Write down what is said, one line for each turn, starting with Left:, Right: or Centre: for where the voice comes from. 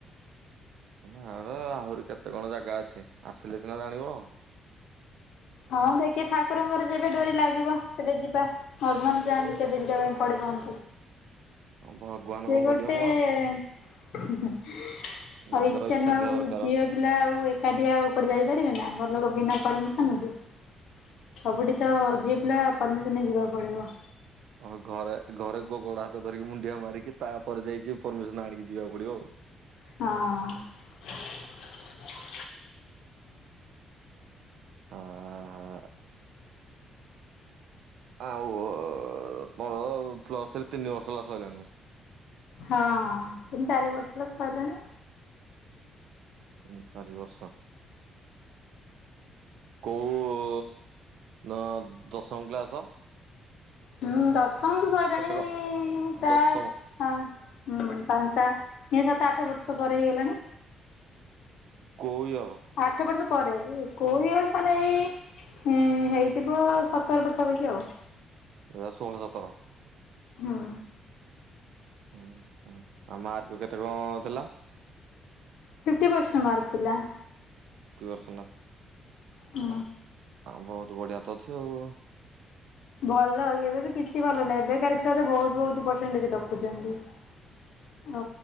Right: ହା ଆ ଆହୁରି କେତେ କଣ ଜାଗା ଅଛି! ଆସିଲେ ସିନା ଜାଣିବ?
Left: ହଁ, ଦେଖିଆ ଠାକୁରଙ୍କର ଯେବେ ଡୋରି ଲାଗିବ, ସେବେ ଯିବା। ଭଗବାନ ଚାହାଁନ୍ତି, କେବେ ଯିବାପାଇଁ ପଡିବ? <inaudible>
Right: ଭଗବାନ
Left: ସେ
Right: କଣ
Left: ଗୋଟେ-ଏ
Right: କରିବେ ମ
Left: ହିଁ ହଁ ଆଉ,
Right: ନିଜର
Left: ଇଛା
Right: ଇଚ୍ଛା
Left: ନୁହ, ଆଉ
Right: ଥିବା ଦରକାର
Left: ଝିଅ ପିଲା ଆଉ ଏକ ଏକାଟିଆ ଆଉ କୁଆଡେ ଯାଇପାରିବେ ନା, ଘର ଲୋକ ବିନା ପରମିଶନ୍ ରେ। ସବୁଠି ତ ଯିଏ ପିଲା ପରମିଶନ୍ ନେଇ ଯିବାକୁ ପଡିବ।
Right: ହଁ ଘରେ ଘରେ ଗ-ଗୋଡ ହାତ ଧରିକି ମୁଣ୍ଡିଆ ମାରିକି। ତା'ପରେ ଯାଇକି ପରମିଶନ୍ ଆଣିକି, ଯିବାକୁ ପଡିବ ଆଉ।
Left: ହଁ।
Right: ହଁ ହା। ଆଉ-ଉ ମୋର ପ୍ଲସ୍ ଥ୍ରି ତିନି ବର୍ଷ ହେଲା ସଇଲାଣିା
Left: ହଁ ତିନ ଚାରି ବର୍ଷ ହେଲା ସଇଲାଣି।
Right: ତିନ ଚାରି ବର୍ଷ। କୋଉ ଉ, ଦ-ଅ, ଦଶମ କ୍ଲାସ୍?
Left: ହୁଁ, ଦଶମ ତ ସଇଲାଣି
Right: କ
Left: ତା
Right: ଦଶମ
Left: ଆମ ହୁଁ, ପାନତା ଏଇ ସାତ ଆଠ ବର୍ଷ ପରେ ହେଇଗଲାଣି।
Right: କୋଉ ଇୟ
Left: ଆଠ ବର୍ଷ ପରେ। କଉ ଇୟର ମାନେ ଏଇ ହୁଁ ହେଇଥିବ ସତର ପାଖାପାଖି ଆଉ।
Right: ଦୁଇ ହଜାର ଷୋହଳ ସତର।
Left: ହୁଁ।
Right: ହଁ, ହଁ ଆଉ ମାର୍କ କେତେ କଣ ଥିଲା?
Left: ଫିପ୍ଟି ପେର୍ସେଣ୍ଟ ମାର୍କ ଥିଲା।
Right: Fifty percent.
Left: ଅଁ,
Right: ହଁ ବହୁତ ବଢିଆ ତ ଅଛି ଆଉ।
Left: ଭଲ ଏବେ ବି କିଛି ଭଲ ନାହିଁ। ଏବେକାର ଛୁଆ ତ ବହୁତ ବହୁତ ପରସେଣ୍ଟଜ୍ ରଖୁଚନ୍ତି । ଅ, ଓ